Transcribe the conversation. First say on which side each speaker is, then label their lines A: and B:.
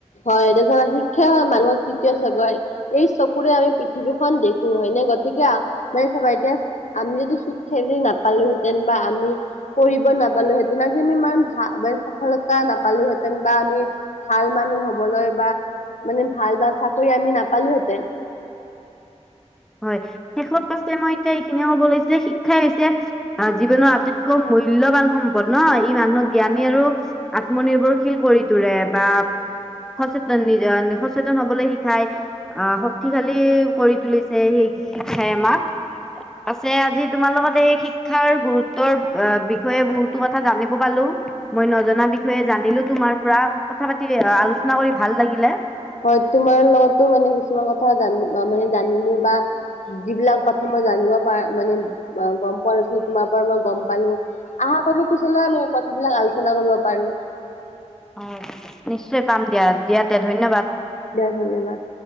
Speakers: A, on the left; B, in the centre.
A: হয় তত শিক্ষা হয় মানুহৰ তৃতীয় চগৰে এই চকুৰে আমি পৃথিৱীখন দেখো হয় নে? গতিকে মানে চাবা এতিয়া আমি যদি শিক্ষা যদি নাপালোহেঁতেন বা আমি কৰিব। নাপালো হেতেন আজি আমি ই ভ মানে সফলতা নাপালোহেঁতেন বা আমি ভাল মানুহ বা মানে ভাল বা চাকৰি আমি নাপালোহেঁতেন
B: হয় শেষত পাছে মই এতিয়া এইখিনিয়ে ক'ব লৈছে যে শিক্ষাই জীৱনৰ আটাইতকৈ মূল্যবান সম্পদ ন ই মানুহক জ্ঞানী আৰু আত্মনিৰ্ভৰশীল কৰি তোৰে বা সচেতন সচেতন হবলৈ শিকাই আহ শক্তিশালী কৰি তুলিছে সেই শিক্ষাই আমাক অঁ আছে আজি তোমাৰ লগত এই শিক্ষাৰ গুৰুত্বৰ বিষয়ে বহুতো কথা জানিব পালো মই নজনা বিষয়ে জানিলো তোমাৰ পৰা কথা পাতি আলোচনা কৰি ভাল লাগিলে
A: হয় তোমাৰ লগতো মানে কিছুমান কথা জান মানে জানিলো বা যিবিলাক কথা মই জানিব প মানে গম পোৱা নাছিলো তোমাৰ পৰা মই গম পালো আশা কৰো পিছলৈ আমি কথাবিলাক আলোচনা কৰিব পাৰো
B: অঁ নিশ্চয় পাম দিয়া দিয়াতে ধন্যবাদ
A: দিয়া ধন্যবাদ।